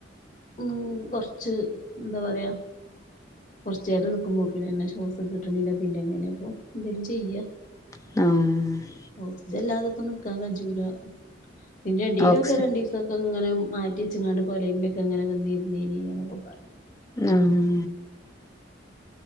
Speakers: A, on the left (about 40°); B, on the left (about 15°).
A: ഉം കൊറച്ച് എന്താ പറയാ കൊറച്ചേരം നിക്കുമ്പോക്ക്നെന്നെ ശ്വാസം കിട്ടണില്ല പിന്നെ എങ്ങനെ ഇപ്പോ എന്തെങ്കിലും ചെയ്യാ
B: ആഹ്
A: ഓക്സിജൻ ഇല്ലാതെഇപ്പം നിക്കാൻ കജൂല പിന്നെ ഡീയിലൊക്കെ
B: ഓക്സി
A: രണ്ടീസം ഇപ്പം ങ്ങനെ മാറ്റി ച്ച്ങ്ങാട്ട് കൊലയിമ്മലൊക്കെങ്ങെനെ വന്നിരുന്നീനി ന്നൊക്കെ പറഞ്ഞു
B: ആഹ്